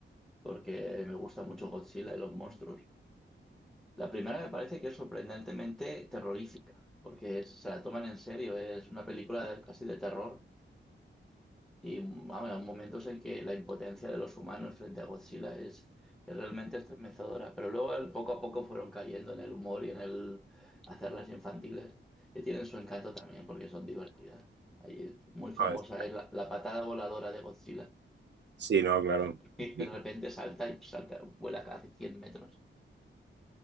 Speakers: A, in the centre; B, on the right.
A: porque me gusta mucho Godzilla y los monstruos. La primera me parece que es sorprendentemente terrorífica, porque es- se la toman en serio, es una película de- casi de terror y vamos, hay momentos en que la impotencia de los humanos frente a Godzilla es, es realmente estremecedora, pero luego el- poco a poco fueron cayendo en el humor y en el hacerlas infantiles, que tienen su encanto también porque son divertidas. Ahí, muy famosa
B: no, es-
A: es la, la patada voladora de Godzilla,
B: sí, no, claro.
A: <laughs> que
B: diga.
A: de repente salta y salta, vuela casi 100 metros.